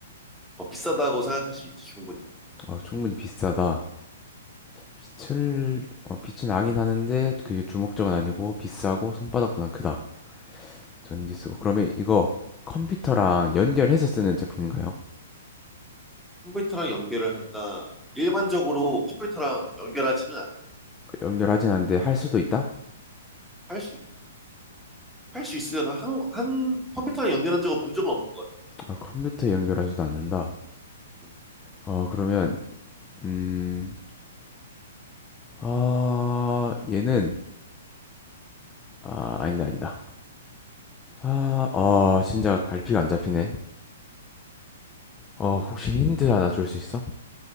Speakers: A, in the centre; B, on the left (about 20°).
A: 어, 비싸다고 생각할 수 있지, 충분히.
B: 어, 충분히 비싸다. 빛을, 어, 빛이 나긴 하는데 그게 주 목적은 아니고 비싸고 손바닥보단 크다. 전기 쓰고 그러면 이거 컴퓨터랑 연결해서 쓰는 제품인가요?
A: 컴퓨터랑 연결을 한다. 일반적으로 컴퓨터랑 연결하지는 않아.
B: 연결하진 않는데 할 수도 있다?
A: 할 수, 할 수 있으려나? 한, 한, 컴퓨터랑 연결한 적은 본 적은 없는 것 같아.
B: 아, 컴퓨터에 연결하지도 않는다.
A: 음.
B: 어 그러면 음, 아 얘는 아 아니다 아니다. 아, 아 진짜 갈피가 안 잡히네. 어 혹시 힌트 하나 줄 수 있어?